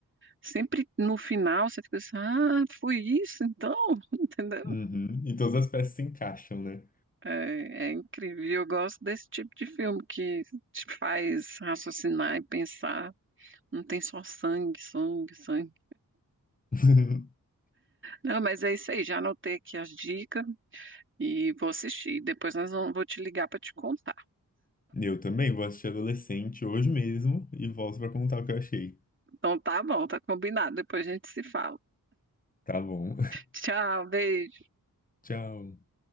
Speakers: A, on the right; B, on the left.
A: sempre no final você fica assim, ah, foi isso então, <laughs> entendeu?
B: Uhum. E todas as peças se encaixam, né?
A: É, é incrível, E eu gosto desse tipo de filme que te faz raciocinar e pensar, não tem só sangue, sangue, sangue.
B: <laughs>
A: Não, mas é isso aí, já anotei aqui as dicas, E vou assistir. Depois nós vamos, vou te ligar para te contar.
B: Eu também vou assistir Adolescente hoje mesmo e volto pra contar o que eu achei.
A: Então tá bom, tá combinado. Depois a gente se fala.
B: Tá bom.
A: Tchau, beijo.
B: <laughs> Tchau.